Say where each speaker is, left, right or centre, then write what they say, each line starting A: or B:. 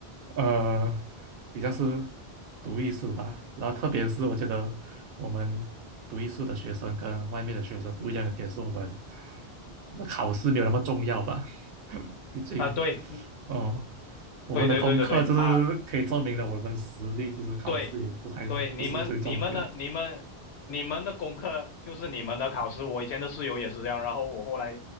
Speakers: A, on the right; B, on the left.
A: 呃比较是读艺术吧，然后特别是我觉得我们读艺术的学生跟外面的学生不一样的点是我们那考试没有那么重要吧，<laughs> 毕竟
B: 啊，对嗯
A: 哦、我们的功课就是可以证明了我们实力，
B: 对对对对对啊，
A: 其实考试也不太不是最重点，
B: 对对，你们你们的你们你们的功课就是你们的考试，我以前的室友也是这样，然后我后来